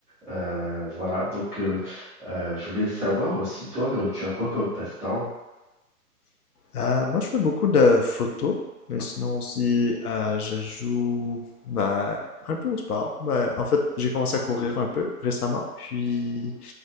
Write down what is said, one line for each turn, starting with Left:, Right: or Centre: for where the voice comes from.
Centre: Euh, voilà donc euh, euh, je voulais savoir aussi toi euh, tu as quoi comme passe-temps?
Left: Euh, moi, je fais beaucoup de photos, mais sinon aussi, euh, je joue bah, un peu au sport. Bah, en fait, j'ai commencé à courir un peu récemment, puis,